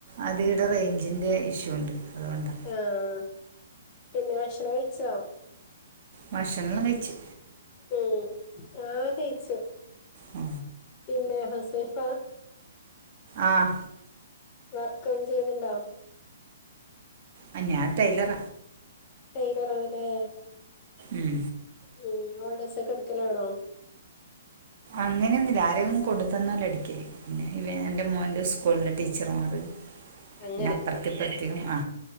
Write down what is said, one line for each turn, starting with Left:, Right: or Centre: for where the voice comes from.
Right: അതി ഇടെ റേഞ്ചിന്റെറെ ഇഷ്യൂ ഉണ്ട് അതുകൊണ്ടാ
Left: ആഹ പിന്നെ വിഷണം കഴിച്ചോ
Right: ഭഷണംല്ലാം കഴിിച്ചച്ച്
Left: ഉം ആ് കയിിച്ചു
Right: ആ
Left: പിന്നെ ഹസവൈഫ
Right: ആഹ
Left: വർക്ക്ും ചെയ്യുന്നുണ്ടോ
Right: ആ ഞാൻ ടൈലറ
Left: ടയിലറ ആണല്ലേ
Right: ഉം
Left: ഉം ഓഡസ ഒക്കെ എടുക്കലാണോ
Right: അങ്ങനെയൊന്നുംില്ല ആരെയന്നും കൊണ്ടു തന്നാല അടിക്കല് പിന്നെ ഇവ എറെ മോന്റെ സ്കൂളിലെ ടീച്ചർമാർ
Left: അങ്ങനെ
Right: പിന്ന അപ്പറത്തിപ്പറത്തക്കും ആ